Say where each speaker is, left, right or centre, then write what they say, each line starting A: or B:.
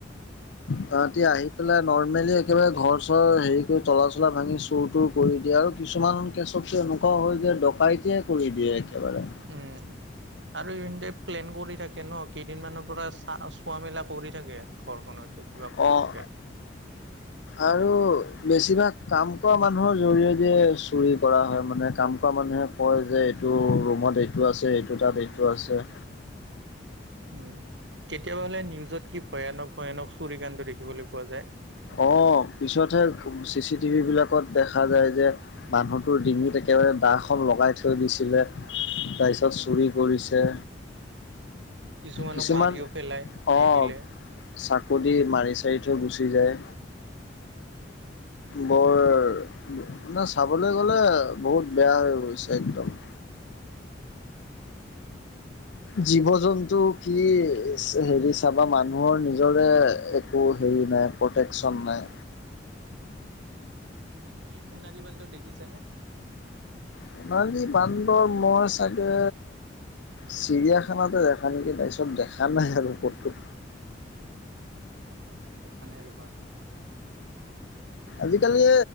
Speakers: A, on the left; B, on the right.
A: তাহাতি আহি পেলাই নৰ্মেলি একেবাৰে ঘৰ চৰ হেৰি কৰি তলা চলা ভাঙি চুৰ তুৰ কৰি দিয়ে আৰু কিছুমান কেচতটো এনেকুৱা হয় যে ডকাইটে কৰি দিয়ে একেবাৰে।
B: উমঁ। আৰু ইহঁতে প্লেন কৰি থাকে ন'কেইদিনমানৰ পৰা চা-চোৱা মেলা কৰি থাকে ঘৰখনতে। কিবা
A: অঁ।
B: কৰি থাকে
A: আৰু বেছিভাগ কাম কৰা মানুহৰ জৰিয়তে চুৰি কৰা হয় মানে কাম এনেকুৱা মানুহে কয় যে এইটো ৰুমত এইটো আছে এইটো তাত এইটো আছে।
B: উমঁ' কেতিয়াবা হ'লে নিউজত কি ভয়ানক ভয়ানক চুৰি কাণ্ড দেখিবলৈ পোৱা যায়।
A: অঁ' পিছতহে চি চিটিভি বিলাকত দেখা যায় যে মানুহটোৰ ডিঙিত একেবাৰে দাখন লগাই থৈ দিছিলে। তাৰপিছত
B: উম
A: চুৰি কৰিছে।
B: কিছুমানক
A: কিছুমান,
B: মাৰিও পেলাই
A: অঁ।
B: নিদিলে।
A: চাকু দি মাৰি চাৰি থৈ গুচি যায়। বৰ মানে চাবলৈ গ'লে বহুত বেয়া হৈ গৈছে একদম। জীৱ-জন্তু কি হেৰি চাবা মানুহৰ নিজৰে একো হেৰি নাই। প্ৰটেকশ্যন নাই।
B: তুমি সোণালী বান্দৰ দেখিছা নে?
A: সোণালী বান্দৰ মই চাগে চিৰিয়াখানাতে দেখা নেকি তাৰপিছত দেখা নাই আৰু কতো।
B: মই আজিলৈকে দেখা নাই ৰবা।
A: আজিকালি